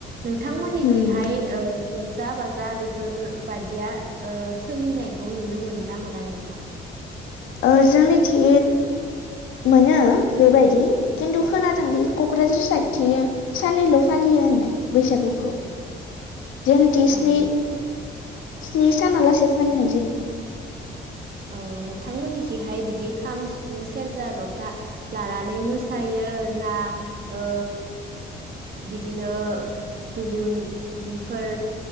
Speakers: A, on the right (about 50°); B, on the left (about 80°).
A: नोंथांमोननिखिहाय
B: उम
A: रंजा बाजा बे बेफोर बादिया ओ सोलिनायखौ नुनो मोनो ना मोना नोंथाङा
B: ओ जोंनिथि मोनो बेबायदि खिन्थु खोनादोंदि कक्राझार साइद थि साननैल फालियो होननाय बैसागुखौ जोंनिथिस्नि
A: औ
B: स्नि सानालासे फालिनाय जायो
A: औ नोंथांमोननिखिहाय बिदि खाम सिफुं सेरजा जथा लानानै मोसायो ना ओ बिदिनो गुबुनफोर